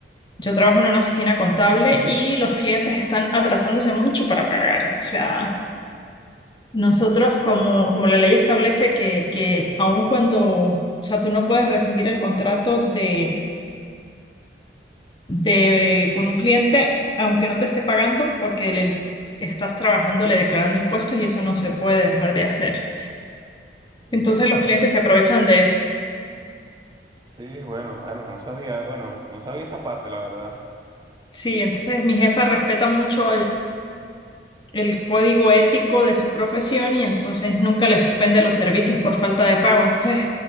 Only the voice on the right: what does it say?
Mm,
sí, bueno, bueno, no sabía, bueno, no sabía esa parte, la verdad.